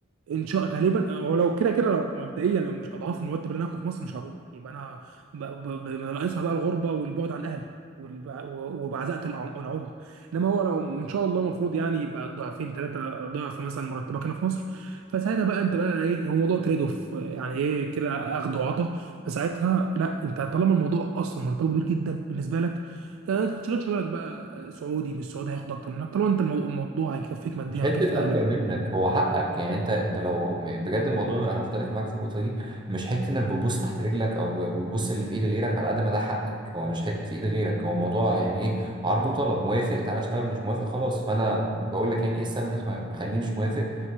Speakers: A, on the right (about 70°); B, on the right (about 20°).
A: ان شاء غالبا هو لو كده كده لو مبدئيا لو مش اضعاف المرتب اللي انا هاخده في مصر مش هروح يبقى انا ب- ب- ب- ناقصها بقى الغربه والبعد عن اهلي والب- و- وبعزقه العم- العمر انما هو لو ان شاء الله المفروض يعني يبقى ضعفين ثلاثه ضعف مثلا مرتبك هنا في مصر فساعتها بقى انت بقى ايه هو موضوع تريد اوف يعني ايه كده اخد وعطا فساعتها لا انت طالما الموضوع اصلا مرتبه كبير جدا بالنسبه لك آه، ما تشغلش بالك بقى سعودي مش سعودي هياخد اكتر منك طالما انت المو- الموضوع هيكفيك ماديا
B: مش حتة
A: ويكفي اهلك
B: أكتر منك هو حقك يعني أنت أنت لو م- بجد الموضوع أنا مختلف معاك في النقطة دي مش حتة إنك بتبص تحت رجلك أو بتبص اللي في إيد غيرك على قد ما ده حقك هو مش حتة في إيد غيرك هو الموضوع يعني إيه عرض وطلب موافق تعالى اشتغل مش موافق خلاص فأنا بقول لك يعني إيه السبب اللي خ- مخليني مش موافق